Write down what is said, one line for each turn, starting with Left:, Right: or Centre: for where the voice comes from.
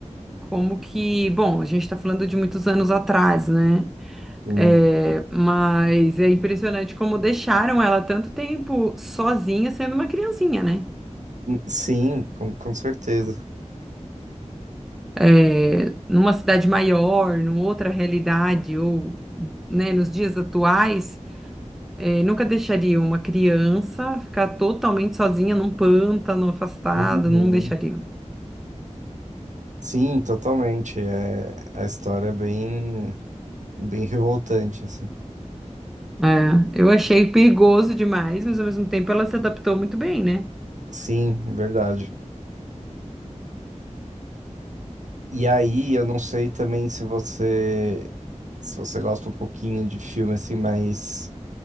Centre: como que, bom, a gente está falando de muitos anos atrás, né?
Right: Sim,
Centre: É, mas é impressionante como deixaram ela tanto tempo sozinha, sendo uma criancinha, né?
Right: Sim, com, com certeza.
Centre: É, numa cidade maior, numa outra realidade, ou, né, nos dias atuais. É, nunca deixaria uma criança ficar totalmente sozinha num pântano, afastada,
Right: Uhum.
Centre: não deixaria.
Right: Sim, totalmente. É, a história é bem, bem revoltante, assim.
Centre: É, eu achei perigoso demais, mas ao mesmo tempo ela se adaptou muito bem, né?
Right: Sim, verdade. E aí, eu não sei também se você se você gosta um pouquinho de filme assim mais